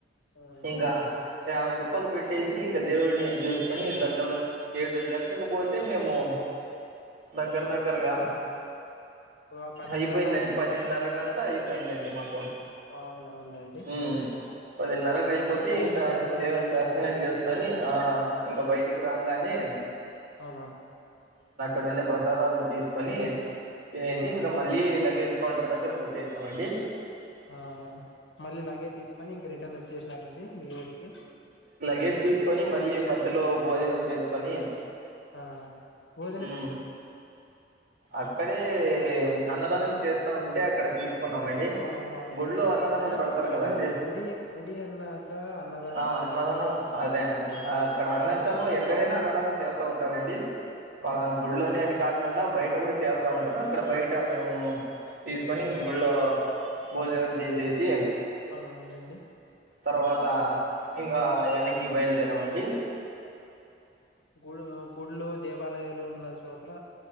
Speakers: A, on the left; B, on the right.
A: ఆహా!
B: ఇంకా యాభై రూపాలు పెట్టేసి ఇంకా దేవుడిని జూస్కొని దగ్గర ఏడు గంటకు పోతే మేము దగ్గర దగ్గరగా
A: ఒక పదిన్నర
B: అయిపోయిందండి
A: అయిందండి
B: పదిన్నరకంత్ అ అయిపోయిందండి మాకు
A: అవునవునులేండి
B: మ్ పదిన్నరకు అయిపోతే
A: ఎట్లో దర్శనం
B: ఇంకా
A: తొందరగా
B: దేవుని
A: కంప్లీట్ అయింది
B: దర్శనం
A: కదండి
B: చేసుకొని
A: మీది
B: ఆ ఇంకా బయటికి రాగానే
A: అవునా
B: ఆడున్డే ప్రసాదాల తీసుకొని తినేసి
A: ఆ
B: ఇంకా మళ్ళీ లగేజ్ కౌంటర్ దగ్గరకి కోచ్చేస్నమండి
A: ఆ ఆ మళ్ళీ లగేజ్ తీసుకొని ఇంక రిటర్న్ ఓచ్చేసినారండి మీ ఊరికి
B: గేజ్ తీసుకొని మళ్ళీ మధ్యలో భోజనం చేసుకొని
A: ఆ ఒ
B: మ్ అక్కడే అన్నదానం చేస్తా ఉంటే అక్కడ తీసుకున్నామండి
A: అవ్ననవునులేండి
B: గుళ్ళో అన్నదానం
A: అయినా
B: పెడతారు కదండి
A: గుడి గుడి గుడి అన్నాక అన్నదా
B: ఆ అన్నదానం అదేండి అక్కడ అరుణాచాలం
A: అవునండి
B: ఎక్కడైనా అన్నదానం చేస్ ట ఉంటారండి
A: అవునవునండి
B: అలా గుడ్లోనేని కాకుండా బయట కూడా చేస్తా ఉంటారు అక్కడ బయట మేము తీసుకొని గుళ్ళో భోజనం చేసేసి
A: అవునవునులేండి
B: తర్వాత ఇంకా వేన్నికి బయలుదేరమండి
A: గుడ్ ఆ గుళ్ళో దేవాలయాలు ఉన్నా చోట్ల